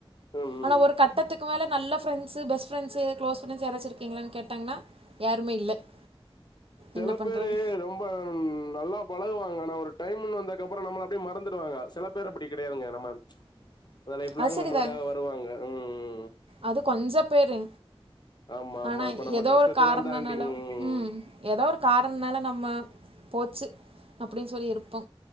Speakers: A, on the left (about 45°); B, on the right (about 70°).
A: ம்.
B: ஆனா
A: ம்.
B: ஒரு கட்டத்துக் க்கு மேல நல்ல friends best friends close friends யாராச்சு இருக்கீங்களான்னு கேட்டாங்னா யாருமே இல்ல <inaudible>
A: சில
B: என்ன பண்றது
A: பேரு ரொம்ப நல்லா பழகுவாங்க ஒரு டைம்னு வந்ததுக்கு அப்புறம் நம்மள அப்டியே மறந்துடுவாங்க சில பேர் அப்படி கெடையாதுங்க நம்ப ப்ச் லைப் லாங்
B: அது சரிதான்
A: நம்மளுக்காக வருவாங்க உம்ம்
B: அது கொஞ்சப் பேரு
A: ஆமா, ஆமா.
B: ஆனா
A: இப்ப நம்ம
B: எதோ
A: கஷ்டத்தைலாம்
B: ஒரு காரணனால
A: தாண்டி ம்.
B: உம் எதோ ஒரு கார ணம்னால நம்ம போச்சு அப்டின்னு சொல்லி இருப்போ